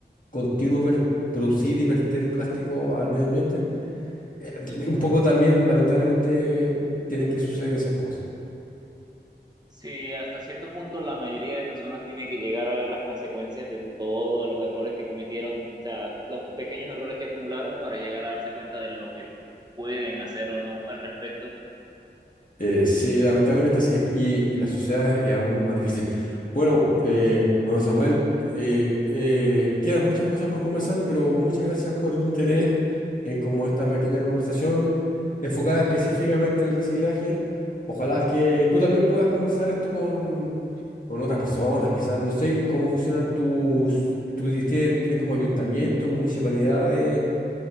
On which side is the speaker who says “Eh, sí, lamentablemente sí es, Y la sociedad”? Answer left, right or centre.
Left